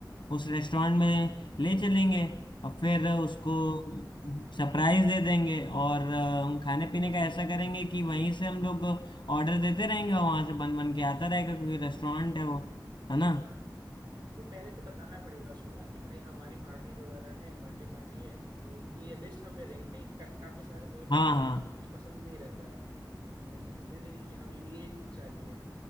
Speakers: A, on the left; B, on the right.
A: उस रेस्टोरेंट में ले चलेंगे और फिर
B: हम्म
A: उसको सरप्राइज दे देंगे और अ, खाने पीने का ऐसा करेंगे कि वहीं से हम लोग ऑर्डर देते रहेंगे वहां से बन बन के आता रहेगा क्योंकि रेस्टोरेंट है वो है ना
B: ये पहले से बताना पड़ेगा उसको ना कि भाई हमारी पार्टी वगैरह है बर्थडे पार्टी है तो ये लिस्ट हम दे देंगे कहीं का, काफी सारे दोस्त
A: हाँ
B: वगैरह
A: हाँ
B: को कुछ कुछ पसंद नहीं रहता है तो हम एक चीज दे देंगे कि हमें ये चीज चाहिए